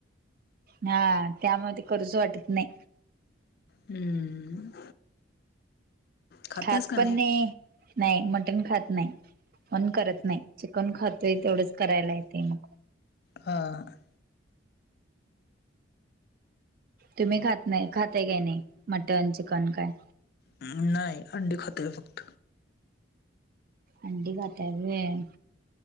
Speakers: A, on the right; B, on the left.
A: हा त्यामुळ ते करूच वाटत नाही.
B: हम्म खातेस
A: खात
B: का
A: पण नाही. नाही मटन खात नाही. पण करत नाही चिकन खातोय तेवढंच करायला येतंय मग.
B: हां
A: तुम्ही खातं नाही खात्याय काय नाही मटन चिकन काय?
B: अह् नाही अंडी खातोय फक्त
A: अंडी खाताय व्हंय